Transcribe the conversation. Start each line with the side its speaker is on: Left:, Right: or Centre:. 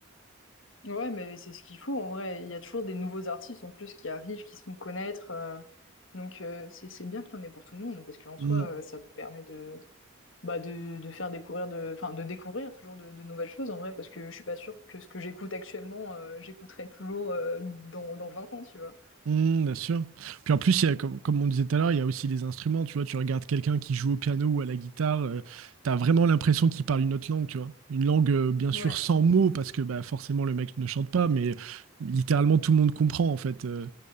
Left: Ouais, mais c'est ce qu'il faut en vrai. Il y a toujours des nouveaux artistes en plus qui arrivent, qui se font connaître. euh, donc euh, c'est c'est bien qu'il y en ait pour tout le monde parce qu'en soi,
Right: Mmh.
Left: euh, ça permet de bah de, de faire découvrir de enfin de découvrir toujours de, de nouvelles choses en vrai parce que je suis pas sûre que ce que j'écoute actuellement, euh, j'écouterai toujours euh, dans dans 20 ans, tu vois.
Right: Mmh, bien sûr. Puis en plus, il y a, comme, comme on disait tout à l'heure, il y a aussi les instruments. Tu vois, tu regardes quelqu'un qui joue au piano ou à la guitare, tu as vraiment l'impression qu'il parle une autre langue, tu vois. Une langue, euh, bien sûr,
Left: Ouais.
Right: sans mots, parce que bah, forcément, le mec ne chante pas, mais littéralement, tout le monde comprend, en fait. Euh,